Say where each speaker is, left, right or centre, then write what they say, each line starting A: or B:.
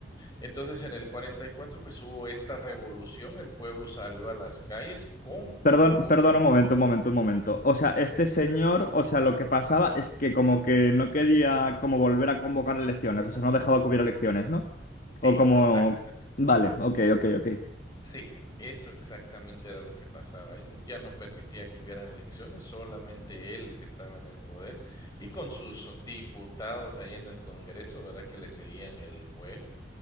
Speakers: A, on the left; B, on the left.
A: Entonces en el 44 pues hubo esta revolución, el pueblo salió a las calles con
B: Perdón,
A: apoyo.
B: perdón, un momento, un momento, un momento. O sea, este señor, o sea, lo que pasaba es que como que no quería como volver a convocar elecciones, o sea, no dejaba que hubiera elecciones, ¿no? O
A: Exactamente.
B: como... Vale, ok, ok, ok.
A: Sí, eso exactamente era lo que pasaba. Él ya no permitía que hubieran elecciones, solamente él que estaba en el poder y con sus diputados ahí en el Congreso, ¿verdad? Que le seguían el juego.